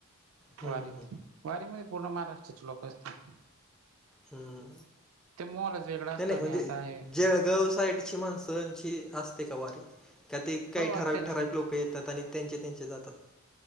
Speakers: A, in the centre; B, on the right (about 70°).
A: हम्म
B: वारीत.
A: हम्म
B: वारी मध्ये पूर्ण महाराष्ट्राचे लोक असतात.
A: हम्म
B: ते मोहलच वेगळा असतो
A: ते नाही
B: आणि
A: म्हणजे-
B: आता हे
A: जळगाव साईडची माणसांची असते का वारी? का ते काही
B: हो असते
A: ठराविक
B: ना
A: ठराविक
B: ते
A: लोक येतात आणि त्यांचे - त्यांचे जातात.